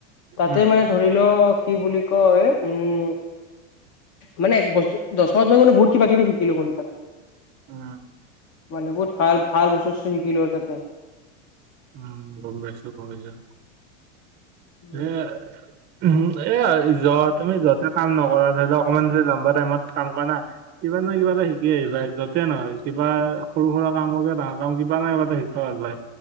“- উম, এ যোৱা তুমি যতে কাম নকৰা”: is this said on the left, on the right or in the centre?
Right